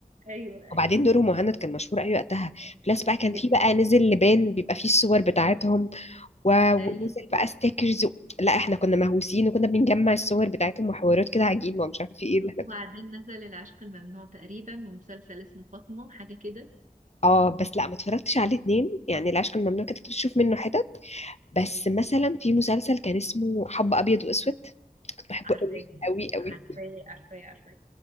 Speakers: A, on the right; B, on the left.
A: ايوه ايوه
B: وبعدين نور مهند كان مشهور قوي وقتها بلس بقى كان
A: بجد.
B: في بقى نزل لبان بيبقى فيه الصور بتاعتهم و... ونزل
A: ايوه
B: بقى ستيكرز و... لا احنا كنا مهووسين وكنا بنجمع الصور بتاعتهم وحوارات كده عجيبه ومش عارفه في ايه اللي احنا
A: وبعدين
B: كنا
A: نزل العشق الممنوع تقريبا ومسلسل اسمه فاطمه حاجه كده
B: اه بس لا ما اتفرجتش على الاتنين يعني العشق الممنوع كده كنت بشوف منه حتت بس مثلا في مسلسل كان اسمه حب ابيض واسود كنت بحبه
A: عارفاه
B: قوي قوي قوي
A: عارفاه عارفاه عارفاه